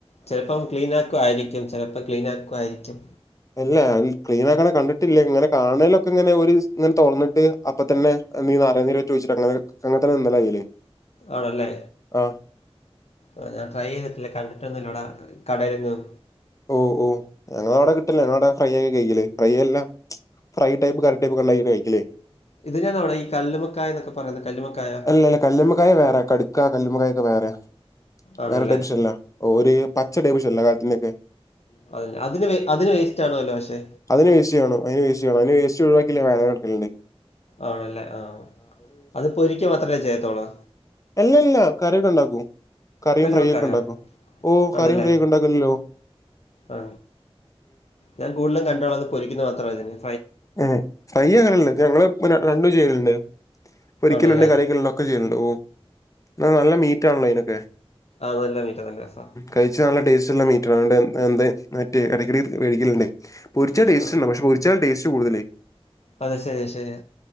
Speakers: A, on the left; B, on the left.
A: ചെലപ്പം ക്ലീനാക്കുവായിരിക്കും ചെല പ്പം ക്ലീനാക്കുവായിരിക്കും
B: അല്ല ഈ ക്ലീന ആക്കണ കണ്ടിട്ടില്ല ഇങ്ങനെ കാണലൊക്കെ ഇങ്ങനെ ഒര് ങ്ങനെ തൊറന്നിട്ട് അപ്പൊ തന്നെ നീ നാരങ്ങനീരറ്റൊഴിച്ചിട്ട് അങ്ങനെ അങ്ങനെത്തന്നെ തിന്നലാ ചെയ്യല്
A: ആണല്ലേ
B: ആഹ്
A: ആഹ് ഞാൻ ട്രൈ ചെയ്തിട്ടില്ല കണ്ടിട്ടൊന്നുല്ലുട കടെലെങ്ങും
B: ഓ ഓ ഞങ്ങള അവിടെ കിട്ടില്ല. ഞങ്ങള് അവിടെ ഫ്രൈ ആക്കി കഴിക്കല്, ഫ്രൈ അല്ല ഫ്രൈ ടൈപ്പ് കറി ടൈപ്പ് ഒക്കെ ണ്ടാക്കി കഴിക്കല്
A: ഇതിനാണോ അവിടെ ഈ കല്ലുമ്മക്കായ എന്നൊക്ക പറയുന്ന കല്ലുമക്കായ
B: അല്ലല്ല കല്ല്മ്മക്കായ വേറെ കട്ക്ക കല്ല് മ്മക്കായ ഒക്കെ വേറെ
A: ആണല്ലേ
B: വേറെ ഡെവിഷൺലാ ഓര് ഈ പച്ച ഡെവിഷൺലാ കാര്യത്തുമ്മക്കെ
A: അഹ് അതിന് അതിന് വേസ്റ്റ് ആണുവല്ലോ പക്ഷേ
B: അതിന് വേസ്റ്റ് വേണം അയ്ന് വേസ്റ്റ് വേണം അയ്ൻ വേസ്റ്റ് ഒഴിവാക്കില്ലങ്കി വേദനട്കല്ണ്ട്
A: ആണല്ലേ ആഹ് അത് പൊരിക്ക മാത്രല്ലേ ചെയ്യത്തൊള്ളൂ.
B: എല്ലല്ല കറിയൊക്കെണ്ടാക്കും. കറിം
A: കല്ലുമ്മക്കായ
B: ഫ്രൈയ്യൊക്കെ ണ്ടാക്കും, ഓ
A: ആണല്ലേ
B: കറിയും ഫ്രൈയ്യോക്കെണ്ടാക്കല്ലോ
A: ആ ഞാൻ കൂട്ലും കണ്ടോള അത് പൊരിക്കുന്നത് മാത്രന്നെയെ
B: ഏ ഫ്രൈ അങ്ങനല്ല ഇത് ഞങ്ങള് രണ്ടും ചെയ്യലുണ്ട് പൊരിക്കലുണ്ട്
A: ആണല്ലേ
B: കറിയെക്കല്ണ്ട് ഒക്കെ ചെയ്യല്ണ്ട് ഓ നല്ല മീറ്റാണല്ലോ ഇയ്നൊക്കെ
A: ആഹ് അതല്ല മീറ്ററേ ന്റെ സ
B: കഴിച്ച നല്ല ടേസ്റ്റ്ല്ല മീറ്റ്റാ ണ്ട് ന്തേ മറ്റേ ഇടക്കിടെ വേടിക്കല്ണ്ട് പൊരിച്ച ടേസ്റ്റ്ണ്ട്
A: ആ
B: പക്ഷ പൊരിച്ചാൽ ടേസ്റ്റ് കൂടുതല്
A: അതെ ശരിയ ശരിയ